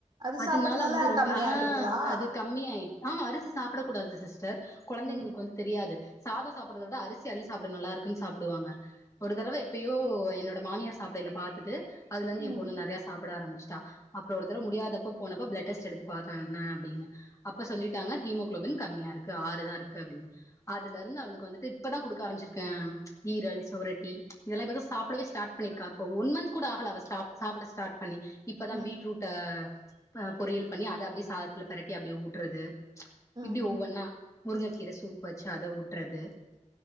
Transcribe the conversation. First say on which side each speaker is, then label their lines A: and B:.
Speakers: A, on the right; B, on the left.
A: அது
B: அதனால
A: சாப்பறதுனால
B: வந்து ரொம்ப
A: கம்மியாயிடுங்களா
B: ஆஹ் அது கம்மியாயி ஆமா அரிசி சாப்பிட கூடாது சிஸ்டர் கொழந்தைங்களுக்கு
A: ம்
B: வந்து தெரியாது சாதம் சாப்படறதை விட அரிசி அள்ளி சாப்பிட நல்லா இருக்குன்னு சாப்பிடுவாங்க ஒரு தடவை எப்பயோ என்னோட மாமியார் சாப்பிடயில பாத்துட்டு அதுல இருந்து
A: ம்
B: என் பொண்ணு நெறைய சாப் பிட ஆரம்பிச்சுடா அப்புற ஒருதர முடியாதப்ப போனப்ப பிளட் டெஸ்டு எடுத்து பாத்த என்ன அப்டின்னு அப்ப சொல்லிட்டாங்க ஹீமோகுளோபின் கம்மியா இருக்கு ஆறுதா இருக்கு அப்டின்னு அதுல இருந்து அவளுக்கு வந்துட்டு இப்பதா குடுக்க ஆரம்பிச்சிருக்கே ஈரல் சுவரொட்டி இதெல்லா இப்பதா சாப்பிடவே ஸ்டார்ட் பண்ணிருக்கா இப்போ ஓன் மந்த் கூட ஆகல அவ சாப் சாப்பிட ஸ்டார்ட் பண்ணி இப்பதா
A: ம்
B: பீட்ரூட்டா அ பொறியல் பண்ணி அத அப்டியே சாதத்துல பெரட்டி அப்டியே ஊட்டுறது இப்டி
A: ம்ஹ்ம்
B: ஒவ்வொன்னா முருங் கீர சூப் வெச்சு அத ஊட்றது